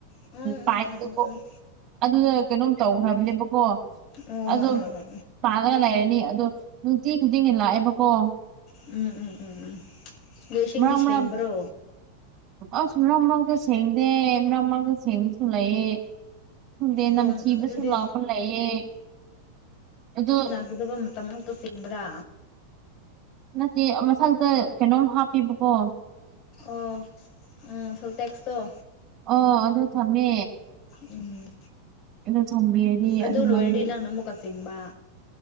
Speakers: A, on the left (about 40°); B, on the right (about 35°).
A: ꯎꯝ ꯎꯝ
B: ꯄꯥꯏꯞꯇꯣ
A: ꯎꯝ ꯎꯝ ꯎꯝ
B: ꯑꯗꯨꯗ ꯀꯩꯅꯣꯝ ꯇꯧꯈ꯭ꯔꯕꯅꯦꯕꯀꯣ
A: ꯑꯣ ꯑꯣ
B: ꯑꯗꯣ
A: ꯑꯣ
B: ꯄꯥꯜꯂꯒ ꯂꯩꯔꯅꯤ ꯑꯗꯣ ꯅꯨꯡꯇꯤ ꯈꯨꯗꯤꯡꯒꯤ ꯂꯥꯛꯑꯦꯕꯀꯣ
A: ꯎꯝ ꯎꯝ ꯎꯝ ꯎꯝ ꯑꯗꯣ ꯏꯁꯤꯡꯗꯤ
B: ꯃꯔꯛ
A: ꯁꯦꯡꯕ꯭ꯔꯣ
B: ꯃꯔꯛ ꯑꯁ ꯃꯔꯛ ꯃꯔꯛꯇ ꯁꯦꯡꯗꯦ ꯃꯔꯛ ꯃꯔꯛꯇ ꯁꯦꯡꯕꯁꯨ ꯂꯩꯑ ꯈꯪꯗꯦ ꯅꯪ
A: ꯑꯣ
B: ꯊꯤꯕꯁꯨ
A: ꯑꯗꯨꯗꯤ
B: ꯂꯥꯛꯄ ꯂꯩꯌꯦ ꯑꯗꯣ
A: ꯆꯒꯗꯕ ꯃꯇꯝꯃꯥꯎꯛꯇ ꯆꯤꯡꯕ꯭ꯔꯥ
B: ꯅꯠꯇꯦ ꯃꯊꯛꯇ ꯀꯩꯅꯣꯝ ꯍꯥꯞꯄꯤꯕꯀꯣ
A: ꯑꯣ ꯎꯝ ꯁꯦꯟꯇꯦꯛꯁꯇꯣ
B: ꯑꯣ ꯑꯗꯨ ꯊꯝꯃꯦ
A: ꯎꯝ
B: ꯑꯗꯣ ꯊꯝꯕꯤꯔꯗꯤ
A: ꯑꯗꯨ
B: ꯑꯗꯨꯃꯥꯏ
A: ꯂꯣꯏꯔꯗꯤ ꯅꯪꯅ ꯑꯃꯨꯛꯀ ꯆꯤꯡꯕ